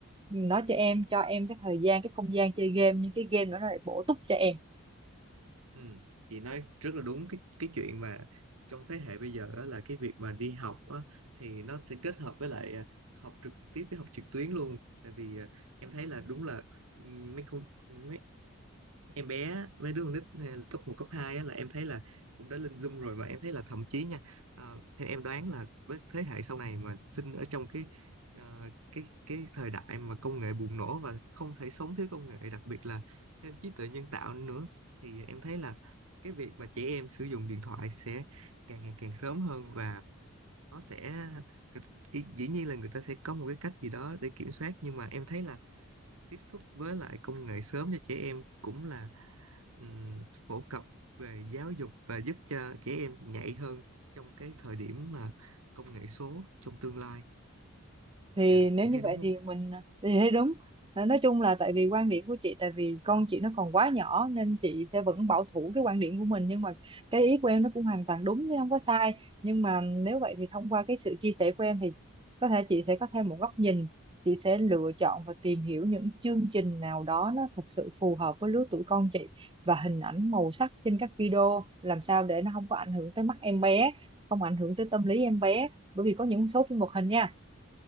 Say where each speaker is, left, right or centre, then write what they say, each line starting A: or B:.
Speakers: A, on the right (about 20°); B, on the right (about 80°).
A: nó cho em cho em cái thời gian cái không gian chơi game nhưng cái game đó nó lại bổ túc cho em
B: ừ, chị nói rất là đúng cái cái chuyện mà trong thế hệ bây giờ đó là cái việc mà đi học á, thì nó sẽ kết hợp với lại ờ, học trực tiếp với học trực tuyến luôn tại vì ờ, em thấy là đúng là ừ, mấy con mấy em bé mấy đứa con nít này, cấp một cấp 2 á, là em thấy là cũng đã lên Zoom rồi và em thấy là thậm chí nha ờ, theo em đoán là với thế hệ sau này mà sinh ở trong cái ờ, cái cái thời đại mà công nghệ bùng nổ và không thể sống thiếu công nghệ đặc biệt là thêm trí tuệ nhân tạo nữa thì em thấy là cái việc mà trẻ em sử dụng điện thoại sẽ càng ngày càng sớm hơn và nó sẽ Ý- dĩ nhiên là người ta sẽ có một cái cách gì đó để kiểm soát nhưng mà em thấy là tiếp xúc với lại công nghệ sớm cho trẻ em cũng là ừm, phổ cập về giáo dục và giúp cho trẻ em nhạy hơn trong cái thời điểm mà công nghệ số trong tương lai
A: thì
B: dạ
A: nếu
B: chị
A: như
B: thấy đúng
A: vậy
B: không
A: thì mình thì thấy đúng À, nói chung là tại vì quan điểm của chị tại vì con chị nó còn quá nhỏ nên chị sẽ vẫn bảo thủ cái quan điểm của mình nhưng mà cái ý của em nó cũng hoàn toàn đúng chứ không có sai nhưng mà nếu vậy thì thông qua cái sự chia sẻ của em thì có thể chị sẽ có thêm một góc nhìn chị sẽ lựa chọn và tìm hiểu những chương trình nào đó nó thật sự phù hợp với lứa tuổi con chị và hình ảnh màu sắc trên các video làm sao để nó không có ảnh hưởng tới mắt em bé không ảnh hưởng tới tâm lý em bé bởi vì có những số phim hoạt hình nha